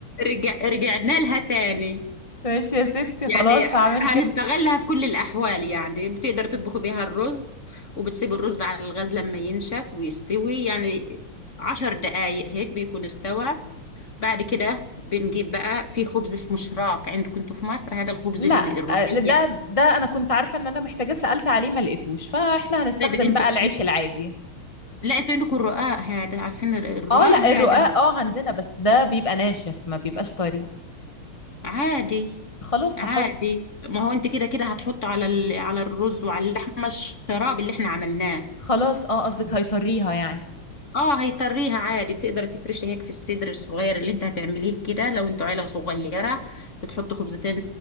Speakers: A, on the left; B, on the left.
A: رجع رجعنا لها تاني
B: ماشي يا ستي
A: يعني
B: خلاص هعمل
A: هنستغلها
B: كده
A: في كل الأحوال يعني بتقدر تطبخ بيها الرز وبتسيب الرز على الغاز لما ينشف ويستوي يعني عشر دقايق هيك بيكون استوى بعد كده بنجيب بقى في خبز اسمه شراك عندكم انتوا في مصر هذا الخبز
B: لا
A: ال- الرقية
B: آه، ده ده انا كنت عارفة ان انا محتاجة سألت عليه ما لقيتوش فاحنا هنستخدم
A: طيب انتوا
B: بقى العيش
A: انت...
B: العادي
A: لا انتوا عندكم الرقاق هذا عارفين الر- الرقاق
B: اه لا
A: هذا
B: الرقاق اه عندنا بس ده بيبقى ناشف ما بيبقاش طري
A: عادي
B: خلاص
A: عادي
B: هحط
A: ما هو انت كده كده هتحطه على ال... على الرز وعلى اللحمة الشراب اللي احنا عملناه
B: خلاص اه قصدك هيطريها يعني
A: اه هيطريها عادي بتقدري تفرشي هيك في الصدر الصغير اللي انت هتعمليه كده لو انتوا عيلة صغيرة بتحط خبزتين